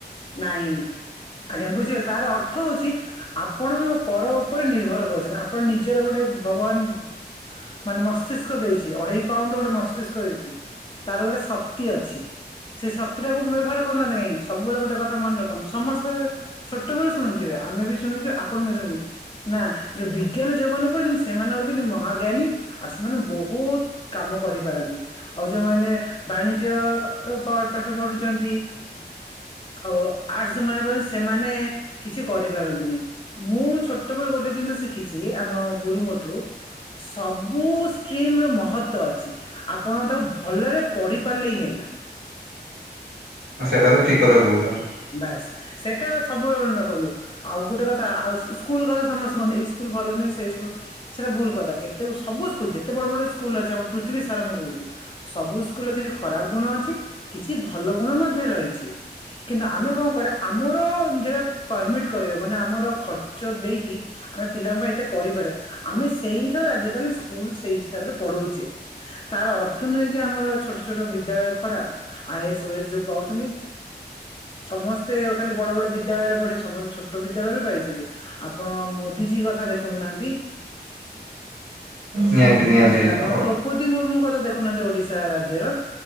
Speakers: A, on the left (about 30°); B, on the right (about 80°).
A: ନାଇଁ ଆଜ୍ଞା ବୁଝିଗଲି ତାର ଅର୍ଥ ହଉଛି ଆପଣ ପର ଉପରେ ନିର୍ଭର କରୁଚନ୍ତି ଆପଣ ନିଜର ଗୋଟେ ଭଗବାନ ମାନେ ମସ୍ତିଷ୍କ ଦେଇଚି ଅଢେଇ ପାଉଣ୍ଡ ଗୋଟେ ମସ୍ତିଷ୍କ ଦେଇଚି ତାର ଗୋଟେ ଶକ୍ତି ଅଛି। ସେ ଶକ୍ତି ଟାକୁ ବ୍ୟବହାର କରୁନାହାନ୍ତି କହିଁକି ସବୁବେଳେ ଗୋଟେ କଥା ମନେ ରଖନ୍ତୁ ସମସ୍ତେ ଛୋଟବେଳୁ ଶୁଣିଥିବେ ଆମେ ବି ଶୁଣିଚୁ ଆପଣ ବି ଶୁଣି ନା ଯୋଉ ବିଜ୍ଞାନ ଯୋଉମାନେ ପୁଢୁଚନ୍ତି ସେମାନେ ହଉଚନ୍ତି ମହାଜ୍ଞାନୀ ଆଉ ସେମାନେ ବହୁତ କାମ କରିପାର ନ୍ତି ଆଉ ଯୋଉମାନେ ବାଣିଜ୍ୟ ଅ ପାଠ ପଢୁଚନ୍ତି ଆଉ ଆର୍ଟ୍ସ ଯୋଉମାନେ ପଢ଼ିଚନ୍ତି, ସେମାନେ କିଛି କରିପାରନ୍ତିନି। ମୁଁ ଛୋଟବେଳେ ଗୋଟେ ଜିନିଷ ଶିଖିଚି ଆମ ଗୁରୁଙ୍କଠୁ ସବୁ ଷ୍ଟ୍ରିମ୍ ର ମହତ୍ୱ ଅଛି। ଆପଣ ତାକୁ ଭଲରେ ପଢି ପାରିଲେ ହି ହେଲା।
B: ସେଇଟା ତ ଠିକ୍ କଥା କହୁଛନ୍ତି
A: ବାସ୍ ସେଟା ସବୁବେଳେ ମନେ ରଖନ୍ତୁ। ଆଉ ଗୋଟେ କଥା ଆଉ ସ ସ୍କୁଲ କଥା ସମସ୍ତେ କହନ୍ତି ଏଇ ସ୍କୁଲ ଭଲ ନୁହଁ ସେଇ ସ୍କୁଲ ସେଇଟା ଭୁଲ କଥା। କେତେ ସବୁ ସବୁ ସ୍କୁଲ ଯେତେ ବଡ ବଡ ସ୍କୁଲ ଅଛି ଆମ ପୃଥିବୀ ସାର ମୁଁ କହୁଚି, ସବୁ ସ୍କୁଲରେ କିଛି ଖରାପ ଗୁଣ ଅଛି କି କିଛି ଭଲ ଗୁଣ ମଧ୍ୟ ରହିଚି। କିନ୍ତୁ ଆମେ କଣ କରେ ଆମର ଯୋଉଟା ପରମିଟ କରିବା ମାନେ ଆମର ଖର୍ଚ୍ଚ ଦେଇକି ଆମେ ପିଲାଙ୍କ ପାଇଁ ଏତେ କରିପାରେ ଆମେ ସେଇ ହିସାବରେ ଆଜିକାଲି ସ୍କୁଲ ସେଇ ହିସାବରେ ପଢଉଚେ। ତାର ଅର୍ଥ ନୁହେଁ ଯେ ଆମର ଛୋଟ ଛୋଟ ବିଦ୍ୟାଳୟ ଖରାପ ଆ ଇ ଏସ୍ ଓ ଏସ୍ ଯୋଉ ପାଉଚନ୍ତି। <inaudible> ସମସ୍ତେ ଖାଲି ବଡ ବଡ ବିଦ୍ୟାଳୟରେ ପଢି ସମସ୍ତେ ଛୋଟ ବିଦ୍ୟାଳୟରୁ ପାଇଛନ୍ତି। ଆପଣ ମୋଦିଜୀ କ ଦେଖଉନାହାନ୍ତି।
B: ନିହାତି ନିହାତି
A: ତାପରେ ଆମ
B: ଆପଣ
A: ଦ୍ରୌପଦୀ ମୁର୍ମୁଙ୍କ କଥା ଦେଖୁନାହାନ୍ତି ଓଡିଶା ରାଜ୍ୟର।